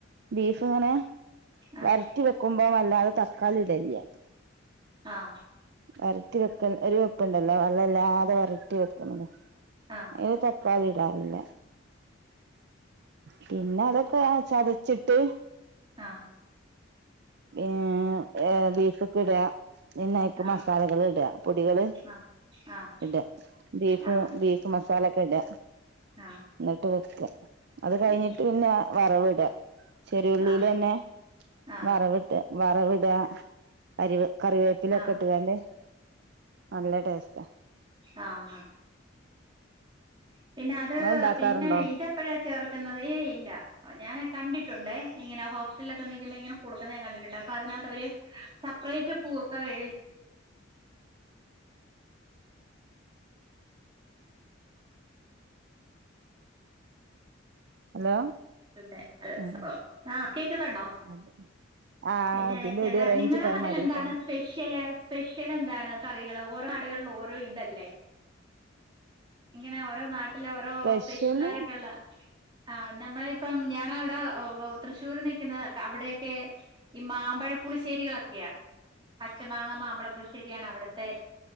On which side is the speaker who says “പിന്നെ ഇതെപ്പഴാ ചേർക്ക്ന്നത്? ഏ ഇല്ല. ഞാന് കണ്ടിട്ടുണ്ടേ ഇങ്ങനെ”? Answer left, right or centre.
Right